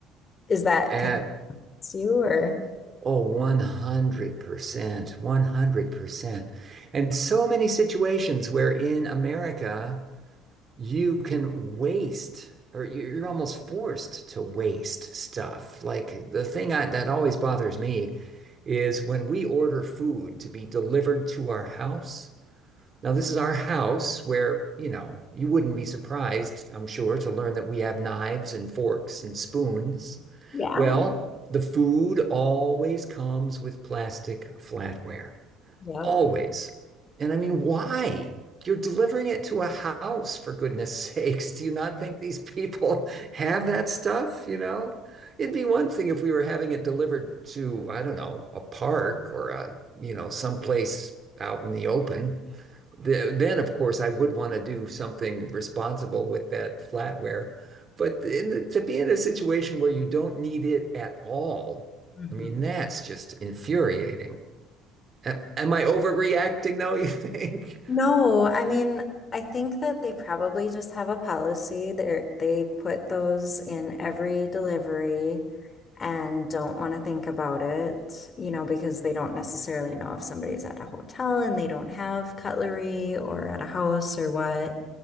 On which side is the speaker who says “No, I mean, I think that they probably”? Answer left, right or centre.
Left